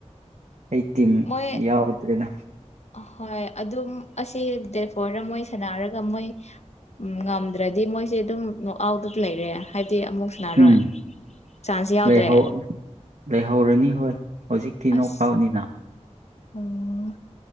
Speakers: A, on the right; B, on the left.
A: ꯑꯩ ꯇꯤꯝ
B: ꯃꯣꯏ
A: ꯌꯥꯎꯗ꯭ꯔꯦꯗ
B: ꯍꯣꯏ ꯑꯗꯨꯝ ꯑꯁꯤ ꯗꯦꯠ ꯐꯣꯔꯗ ꯃꯣꯏ ꯁꯥꯟꯅꯔꯒ ꯃꯣꯏ ꯎꯝ ꯉꯝꯗ꯭ꯔꯗꯤ ꯃꯣꯏꯁꯦ ꯑꯗꯨꯝ ꯅꯣꯛ ꯑꯥꯎꯠ ꯂꯩꯔꯦ ꯍꯥꯏꯗꯤ ꯑꯃꯨꯛ ꯁꯨꯅꯥꯔꯣꯏ
A: ꯎꯝ
B: ꯆꯥꯟꯁ ꯌꯥꯎꯗ꯭ꯔꯦ
A: ꯂꯩꯍꯧ ꯂꯩꯍꯧꯔꯅꯤ ꯍꯣꯏ ꯍꯧꯖꯤꯛꯇꯤ
B: ꯑꯁ
A: ꯅꯣꯛ ꯑꯥꯎꯠꯅꯤꯅ
B: ꯎꯝ